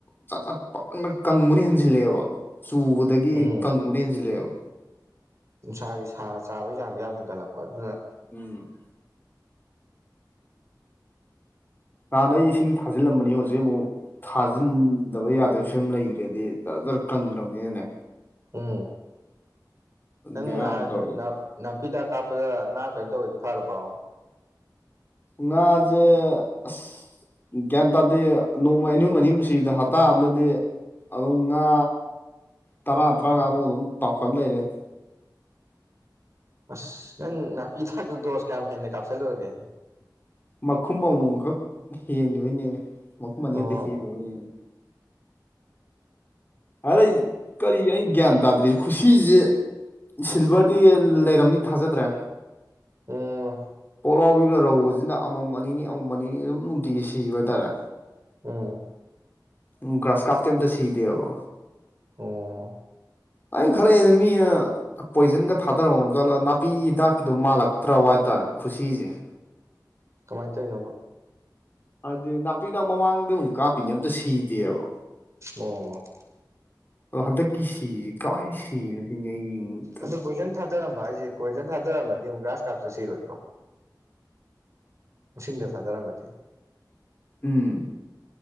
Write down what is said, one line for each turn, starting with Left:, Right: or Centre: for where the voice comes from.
Left: ꯆꯥꯛ ꯆꯠ ꯄꯪꯀꯪꯗꯥ ꯀꯪꯕꯅ ꯍꯦꯟꯖꯤꯜꯂꯛꯑꯦꯕ ꯆꯨꯕꯗꯒꯤ
Right: ꯎꯝ
Left: ꯀꯪꯕꯅ ꯍꯦꯟꯖꯤꯜꯂꯛꯑꯦꯕ
Right: ꯅꯨꯡꯁꯥꯒꯤ ꯁꯥ ꯆꯥꯕꯒꯤ ꯆꯥꯡꯖꯦ ꯌꯥꯝ ꯍꯦꯟꯒꯠꯂꯛꯄ ꯑꯗꯨꯅ
Left: ꯎꯝ ꯅꯍꯥꯟ ꯑꯩ ꯏꯁꯤꯡ ꯊꯥꯖꯤꯜꯂꯝꯃꯅꯤ ꯍꯧꯖꯤꯛ ꯑꯃꯨꯛ ꯊꯥꯖꯤꯟ ꯇꯧꯗꯕ ꯌꯥꯗꯕꯒꯤ ꯐꯤꯕꯝ ꯂꯩꯈ꯭ꯔꯦꯗꯤ ꯖꯔꯖꯔ ꯀꯪꯈ꯭ꯔꯕꯅꯤꯅꯅꯦ
Right: ꯎꯝ ꯅꯪ
Left: ꯕꯦꯔꯥꯅꯤ
Right: ꯅꯍꯥꯟ
Left: ꯇꯧꯔꯤꯁꯦ
Right: ꯅꯥꯄꯤꯍꯤꯗꯥꯛ ꯀꯥꯞꯄꯗ ꯉꯥ ꯀꯩꯅꯣ ꯇꯧꯋꯦꯗꯣ ꯐꯥꯔꯕꯣ
Left: ꯉꯥꯖꯦ ꯑꯁ ꯒ꯭ꯌꯥꯟ ꯇꯥꯗꯦ ꯅꯣꯡꯃꯩ ꯑꯅꯤꯍꯨꯝ ꯑꯅꯤꯍꯨꯝ ꯁꯤꯕꯗ ꯍꯞꯇꯥ ꯑꯝꯗꯗꯤ ꯑꯗꯨꯝ ꯉꯥ ꯇꯔꯥ ꯇꯔꯥꯉꯥꯃꯨꯛ ꯑꯗꯨꯝ ꯇꯥꯎꯈꯠ ꯂꯩꯔꯦ ꯑꯗꯨꯝ
Right: ꯑꯁ ꯅꯪ ꯅꯥꯄꯤꯍꯤꯗꯥꯛꯇꯨ ꯗꯣꯁ ꯀꯌꯥꯝ ꯍꯦꯟꯅ ꯀꯥꯞꯁꯤꯜꯂꯨꯔꯒꯦ
Left: ꯃꯈꯨꯝ ꯑꯃꯃꯝꯈꯛ ꯍꯦꯟꯒꯤꯕꯩꯅꯦꯃꯤ ꯃꯈꯨꯝ ꯑꯅꯤ
Right: ꯑꯣ
Left: ꯈꯛꯇ ꯍꯦꯜꯂꯣꯏꯅ ꯑꯔꯩ ꯀꯔꯤ ꯑꯩ ꯒ꯭ꯌꯥꯟ ꯇꯥꯗ꯭ꯔꯦ ꯈꯨꯁꯤꯖꯦ ꯁꯤꯜꯚꯔꯗꯤ ꯂꯩꯔꯝꯅꯤ ꯊꯥꯖꯗ꯭ꯔꯦ
Right: ꯎꯝ
Left: ꯄꯣꯛꯂꯥꯎꯕꯤꯒ ꯔꯧꯒꯖꯤꯅ ꯑꯃꯃꯝ ꯑꯅꯤꯅꯤ ꯑꯃꯃꯝ ꯑꯅꯤꯅꯤ ꯑꯗꯨꯝ ꯅꯨꯡꯇꯤꯒꯤ ꯁꯤꯕ ꯍꯥꯏꯇꯥꯔꯦ
Right: ꯎꯝ
Left: ꯎꯝ ꯒ꯭ꯔꯥꯁ ꯀꯥꯞꯇꯤ ꯑꯝꯇ ꯁꯤꯗꯦꯕ
Right: ꯑꯣ
Left: ꯑꯩꯅ ꯈꯜꯂꯛꯏ ꯃꯤꯅ ꯄꯣꯏꯖꯟꯒ ꯊꯥꯗꯔꯝꯃ ꯖꯥꯠꯂ ꯅꯥꯄꯤ ꯍꯤꯗꯥꯛꯀꯤꯗꯣ ꯃꯥꯜꯂꯛ ꯇ꯭ꯔꯕ ꯍꯥꯏꯇꯥꯔꯦ ꯈꯨꯁꯤꯖꯦ
Right: ꯀꯃꯥꯏ ꯇꯧꯏꯅꯣꯕ
Left: ꯍꯥꯏꯗꯤ ꯅꯥꯄꯤꯗꯥꯛ ꯃꯃꯥꯡꯗ ꯑꯗꯨꯝ ꯀꯥꯞꯄꯤꯅꯤ ꯑꯝꯇ ꯁꯤꯗꯦꯕ
Right: ꯑꯣ
Left: ꯑꯗꯣ ꯍꯟꯗꯛꯀꯤ ꯁꯤꯖꯤ ꯀꯃꯥꯏ ꯁꯤꯅꯣ ꯁꯤꯅꯤ ꯑꯩꯅ ꯌꯦꯡ
Right: ꯑꯗꯣ ꯄꯣꯏꯖꯟ ꯊꯥꯗꯔꯝꯕ ꯍꯥꯏꯁꯦ ꯀꯣꯏꯖꯟ ꯊꯥꯗꯔꯛꯝꯃꯗꯤ ꯑꯃꯨꯛ ꯒ꯭ꯔꯥꯁ ꯀꯥꯞꯁꯨ ꯁꯤꯔꯣꯏꯗ꯭ꯔꯣ ꯏꯁꯤꯡꯗ ꯊꯥꯗꯔꯝꯃꯗꯤ
Left: ꯎꯝ